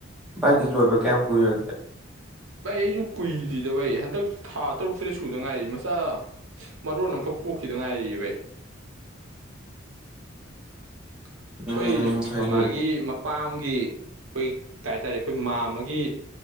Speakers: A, in the centre; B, on the right.
A: ꯚꯥꯏꯗꯤ ꯂꯣꯏꯕ ꯀꯌꯥꯝ ꯀꯨꯏꯔꯒꯦ
B: ꯚꯩ ꯑꯩꯁꯨ ꯀꯨꯏꯗ꯭ꯗꯕꯩ ꯍꯟꯗꯛ ꯊꯥ ꯇꯔꯨꯛꯇꯔ ꯁꯨꯗ ꯉꯥꯏꯔꯤ ꯃꯆꯥ ꯃꯔꯣꯟ ꯑꯃꯈꯛ ꯄꯣꯛꯈꯤꯗ ꯉꯥꯏꯔꯤ ꯚꯩ ꯑꯩꯈꯣꯏ
A: ꯎꯝ ꯍꯥꯏꯗꯤ
B: ꯃꯃꯥꯒꯤ ꯃꯄꯥꯝ ꯒꯤ ꯑꯩꯈꯣꯏ ꯀꯩꯇꯥꯔꯦ ꯑꯩꯈꯣꯏ ꯃꯥ ꯑꯃꯒꯤ